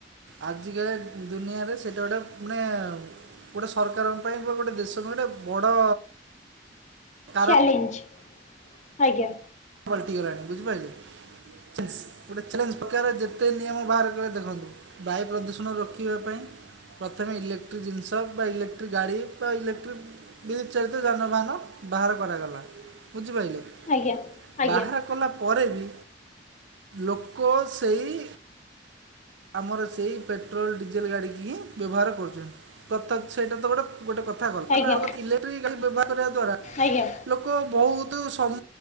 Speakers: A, on the right (about 70°); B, on the left (about 40°).
A: ଆଜିକା ଦୁନିଆରେ ସେଇଟା ଗୋଟେ ମାନେ ଗୋଟେ ସରକାରଙ୍କ ପାଇଁ ବା ଗୋଟେ ଦେଶ ପାଇଁ ଗୋଟେ ବଡ଼ କାରଣ
B: ଚ୍ୟାଲେଞ୍ଜ, ଆଜ୍ଞା।
A: ପଲଟିଗଲାଣି, ବୁଝିପାଇଲେ। ଗୋଟେ ଚ୍ୟାଲେଞ୍ଜ <unintelligible> ଯେତେ ନିୟମ ବାହାର କଲେ ଦେଖନ୍ତୁ। ବାୟୁ ପ୍ରଦୂଷଣ ରୋକିବା ପାଇଁ ପ୍ରଥମେ ଇଲେକ୍ଟ୍ରି ଜିନିଷ ବା ଇଲେକ୍ଟ୍ରି ଗାଡି ବା ଇଲେକ୍ଟ୍ରି ବିଦ୍ୟୁତ୍ ଚାଳିତ ଯାନବାହାନ ବାହାର କରାଗଲା, ବୁଝିପାଇଲେ।
B: ଆଜ୍ଞା। ଆଜ୍ଞା
A: ବାହାର କଲା ପରେ ବି ଲୋକ ସେଇ ଆମର ସେଇ ପେଟ୍ରୋଲ୍ ଡିଜେଲ୍ ଗାଡ଼ିକି ହିଁ ବ୍ୟବହାର କରୁଚନ୍ତି <unintelligible> ସେଇଟା ତ ଗୋଟେ ଗୋଟେ କଥା କଲ ତାପରେ
B: ଆଜ୍ଞା
A: ଆଗ ଇଲେକ୍ଟ୍ରି ଗାଡି ବ୍ୟବହାର କରିବା ଦ୍ଵାରା
B: ଆଜ୍ଞା
A: ଲୋକ ବହୁତୁ ସମ